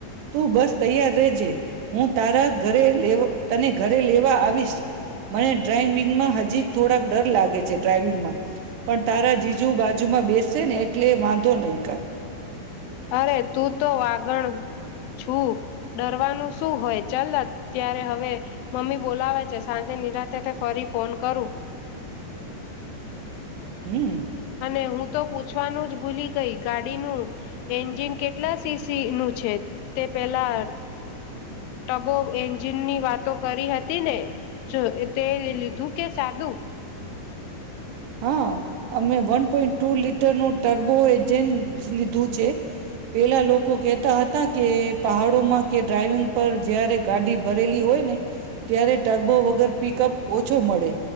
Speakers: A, on the right (about 75°); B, on the left (about 80°).
A: તું બસ તૈયાર રજે. હું તારા ઘરે લેવ. તને ઘરે લેવા આવીશ મને ડ્રાઈવિંગમાં હજી થોડાક ડર લાગે છે ડ્રાઈવિંગમાં પણ તારા જીજુ બાજુમાં બેસ ને એટલે વાંધો નહીં કઈ.
B: અરે તું તો વાગણ છું ડરવાનું શું હોય ચાલ ત્યારે હવે મમ્મી બોલાવે છે સાંજે નિરાતેે તે ફરી ફોન કરું.
A: હમ
B: અને હું. તો પૂછવાનું જ ભૂલી ગઈ ગાડીનું એન્જિન કેટલા સીસી નું છે તે પેલા ટબો એન્જિન ની વાતો કરી હતી ને તે લીધું કે સાદું.
A: હા અમે વન પોઈન્ટ ટુ લીટર નું ટર્બો એજ પછ લીધું છે. પેલા લોકો કેહેતા હતા કે પહાડોમાં કે ડ્રાઈવિંગ પર જયારે ગાડી ભરેલી હોય ને. ત્યારે ટરબો વગર પિકઅપ ઓછો મળે